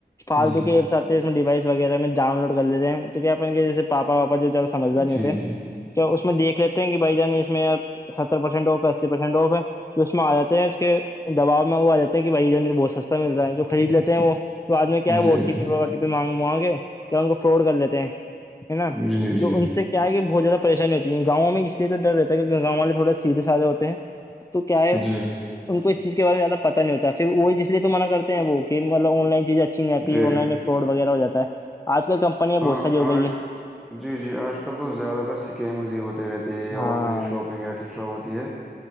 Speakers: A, on the left; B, in the centre.
A: فالتو
B: جی
A: کےی ایپس آتے ہیں اس میں ڈوائس وغیرہ میں ڈاؤن لوڈ کر لیتے ہیں تو کیا اپنے جسے پا جو سمجھار
B: جی
A: نہیں ہوتے
B: جی
A: کیا اس میں دیکھ لیتے ہیں کہ بھائی جان اس میں ستر پرسینٹ آف ایس پرسینٹ آف ہے جو اس میں آ جاتے ہیں اس کے دباؤ میں وہ آ جے ہیں کہ بھائین بہت سستے مل رہا ہے جو خرید لیتے ہیں وہ تو آد میں کیا
B: جی
A: ہےو
B: جی
A: ٹی پی پ مانگ مگے کیا ان کو فراڈ کر لیتے ہیں ہے نا
B: جی جی
A: جو ان سے یہ آگے بہت زیادہ پریشانی ہوتی ہے گاؤں میں اس لیے تو ڈر رہتا ہے کیک گاؤں والے تھوڑ سیدھے سادھے ہو ہیں تو کیا ہے
B: جی
A: ان کو اس چیز کے بارے میں زیاد پتہ نہیں ہوتا پھر وہ اسسے تو منع کرتے ہیں وہ کہ مطل آن لائن چیزیں اچھی نہیں آتی
B: جی
A: ہے آن لائن میں فراڈ وغیرہ ہو جا ہے آج کل کمپنیاں
B: ہاں
A: بہت ساری ہو
B: آج
A: گئی ہے
B: جی جی آج کل تو زیادہ تر اسکیمز ہی ہوتے رہتے
A: ہاں
B: آن لائن شاپنگ ایٹس ا ہوتی ہے